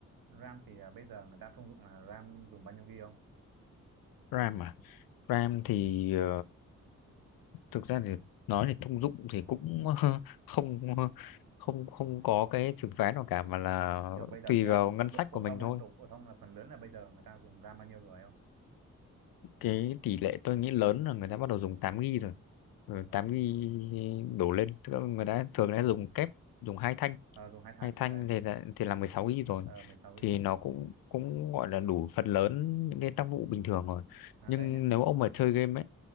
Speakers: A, on the right; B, on the left.
A: RAM thì à, bây giờ người ta thông dụng là RAM dùng bao nhiêu GB không
B: RAM mà RAM thì ờ, thực ra thì nói thì thông dụng thì cũng <laughs> không không không có cái trường phái nào cả mà là
A: kiểu bây giờ
B: tùy
A: ý là
B: vào ngân
A: độ
B: sách
A: phổ
B: của mình
A: thông
B: thôi
A: ấy độ phổ thông là phần lớn là bây giờ người ta dùng RAM bao nhiêu rồi không
B: cái tỷ lệ tôi nghĩ lớn là người ta bắt đầu dùng 8 ghi rồi rồi
A: Ờ,
B: 8 ghi đổ lên Tức là người ta thường đã dùng kép dùng hai thanh
A: ờ, dùng hai thanh
B: hai thanh
A: đấy
B: thì là, thì là 16 ghi rồi
A: uh, 16 GB
B: thì nó cũng cũng gọi là đủ phần lớn những cái tác vụ bình thường rồi
A: à
B: nhưng
A: đây nhá
B: nếu ông mà chơi game ấy